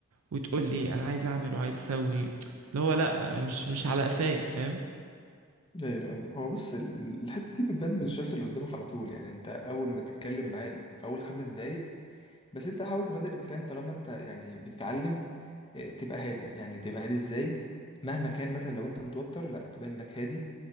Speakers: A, on the right; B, on the left.
A: وتقول لي انا عايز اعمل وعايز اسوي اللي هو لا مش مش على قفايا فاهم
B: ايوه ايوه هو بص ال- الحته دي بتبان من الشخص اللي قدامك على طول يعني انت اول ما تتكلم معاه في اول خمس دقايق بس انت حاول بقدر الامكان طالما انت يعني بتتعلم آه، تبقى هادي يعني تبقى هادي ازاي مهما كان مثلا لو انت متوتر لا تبان انك هادي